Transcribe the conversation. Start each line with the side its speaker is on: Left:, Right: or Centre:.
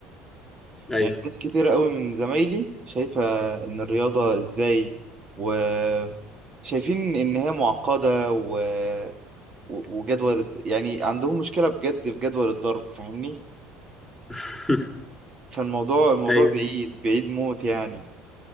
Centre: ايوه
Right: يعني ناس كتيرة قوي من زمايلي شايفة إن الرياضة إزاي وشايفين إن هي معقدة و... و- وجدول يعني عندهم مشكلة بجد في جدول الضرب فاهمني
Centre: <laughs>
Right: فالموضوع الموضوع
Centre: ايوه
Right: بعيد بعيد موت يعني